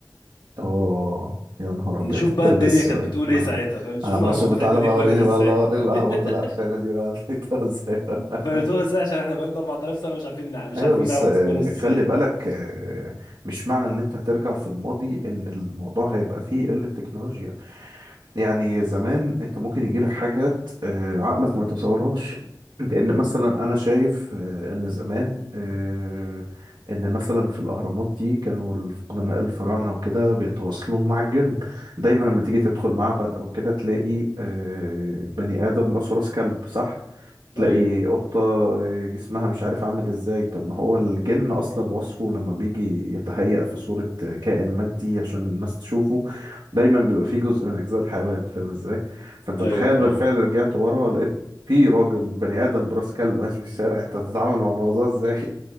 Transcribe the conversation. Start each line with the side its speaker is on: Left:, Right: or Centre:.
Right: اوه يا نهار ابيض
Left: نشوف بقى
Right: هتلبس
Left: الدنيا كانت
Right: آه.
Left: بتقول ايه ساعتها فاهم نشوف
Right: انا عمال
Left: الاهرامات
Right: اشوف
Left: بتاعتنا
Right: تعالى
Left: دي
Right: بقى
Left: اتبنت
Right: وريني
Left: ازاي
Right: بقى الله اوريك الاهرامات
Left: <laughs>
Right: القرفانه دي بقى لقيتها ازاي <laughs> بقى.
Left: بنيتوها ازاي عشان احنا بقالنا 4000 سنه مش عارفين نع- مش
Right: ايوه
Left: عارفين
Right: بس
Left: نعرف
Right: آه،
Left: اتبنت ازاي
Right: خلي بالك آه، مش معنى ان انت هترجع في الماضي ان الموضوع هيبقى فيه قله تكنولوجيا يعني زمان انت ممكن يجي لك حاجات آه، عقلك ما يتصورهاش لان مثلا انا شايف آه، ان زمان آه، ان مثلا في الاهرامات دي كانوا الف- قدماء الفراعنه وكده بيتواصلوا مع الجن دايما لما تيجي
Left: مم.
Right: تدخل معبد او كده تلاقي آه، بني ادم راسه راس كلب صح تلاقي
Left: ايوه
Right: قطة جسمها مش عارف عامل ازاي طب ما هو الجن اصلا وصفه لما بيجي يتهيأ في صورة كائن مادي عشان الناس تشوفه دايما بيبقى فيه جزء من اجزاء الحيوان فاهم ازاي فانت
Left: ايوه
Right: تخيل
Left: فاهم
Right: بالفعل رجعت ورا لقيت في راجل بني ادم براس كلب ماشي في الشارع انت هتتعامل مع الموضوع ازاي